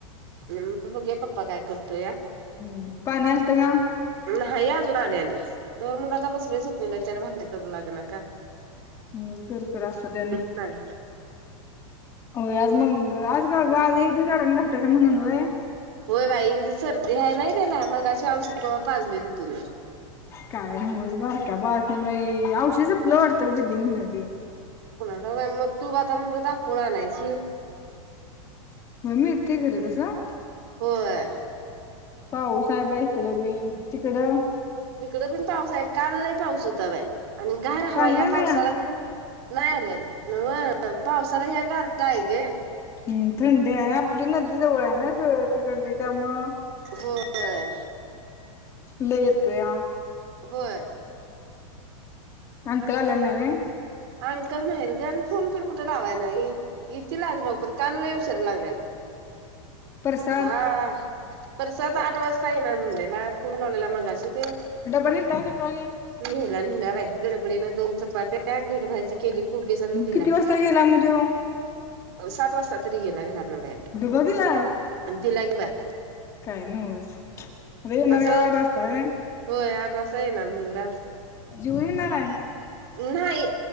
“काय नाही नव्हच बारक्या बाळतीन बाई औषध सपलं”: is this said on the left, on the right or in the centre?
Left